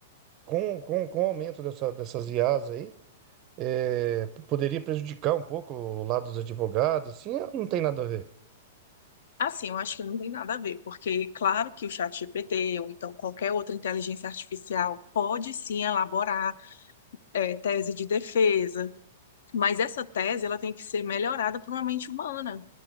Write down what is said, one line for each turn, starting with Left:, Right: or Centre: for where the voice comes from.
Right: com, com, com o aumento dessa, dessas IAs aí, é, p- poderia prejudicar um pouco o lado dos advogados. Assim, não tem nada a ver.
Left: Assim, eu acho que não tem nada a ver, porque claro que o ChatGPT ou então qualquer outra inteligência artificial pode sim elaborar eh, tese de defesa, mas essa tese ela tem que ser melhorada por uma mente humana.